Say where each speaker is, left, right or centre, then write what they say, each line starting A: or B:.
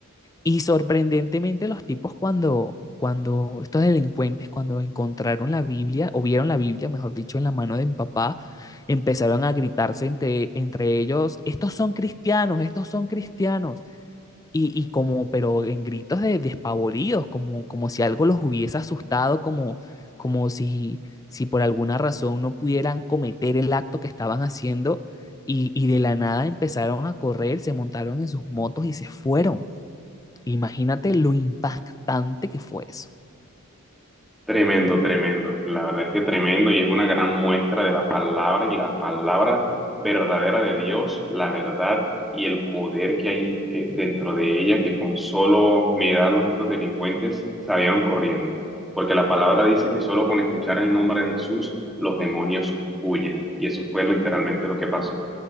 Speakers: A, on the left; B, in the centre.
A: Y sorprendentemente los tipos cuando, cuando estos delincuentes, cuando encontraron la Biblia, o vieron la Biblia, mejor dicho, en la mano de mi papá, empezaron a gritarse entre, entre ellos, estos son cristianos, estos son cristianos. Y, y como, pero en gritos de despavoridos, como, como si algo los hubiese asustado, como, como si, si por alguna razón no pudieran cometer el acto que estaban haciendo. Y, y de la nada empezaron a correr, se montaron en sus motos y se fueron. Imagínate lo impactante que fue eso.
B: Tremendo, tremendo. La verdad es que tremendo y es una gran muestra de la palabra y la palabra verdadera de Dios, la verdad y el poder que hay eh, dentro de ella, que con solo mirarlos estos delincuentes salieron corriendo. Porque la palabra dice que solo con escuchar el nombre de Jesús los demonios huyen. Y eso fue literalmente lo que pasó.